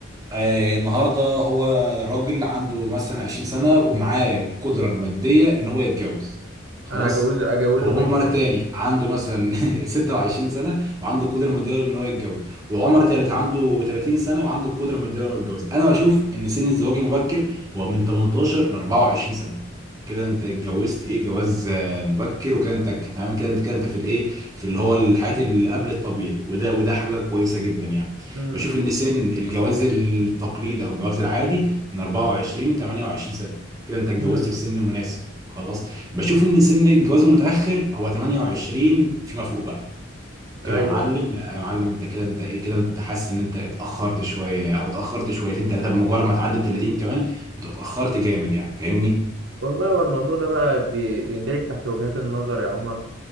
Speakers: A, on the right (about 20°); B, on the right (about 70°).
A: آه، النهارده هو راجل عنده مثلا 20 سنه ومعاه قدره الماديه ان هو يتجوز خلاص
B: أنا هجوز أجوزه
A: وعمر
B: بنتي
A: تاني
B: عادي
A: عنده مثلا <laughs> 26 سنه وعنده القدره الماديه ان هو يتجوز وعمر تالت عنده 30 سنه وعنده القدره الماديه ان هو يتجوز انا بشوف ان سن الزواج المبكر هو من 18 ل 24 سنه كده انت اتجوزت ايه جواز آه، مبكر وكده انت تمام كده انت كده انت في الايه في اللي هو الحياه اللي قبل الطبيعي وده وده حاجه كويسه جدا يعني
B: مم،
A: بشوف ان سن الجواز التقليدي او الجواز العادي من 24 ل 28 سنه كده انت اتجوزت
B: مم،
A: في سن مناسب خلاص بشوف ان سن الجواز المتاخر هو 28 فيما فوق بقى كده
B: أيوه
A: يا معلم لا يا معلم انت كده انت ايه كده انت حاسس ان انت اتاخرت شويه او اتاخرت شويتين ثلاثه بمجرد ما تعدي ال 30 كمان بتبقى اتاخرت جامد يعني فاهمني؟
B: والله هو الموضوع ده بقى بي- بيندرج تحت وجهات النظر يا عمر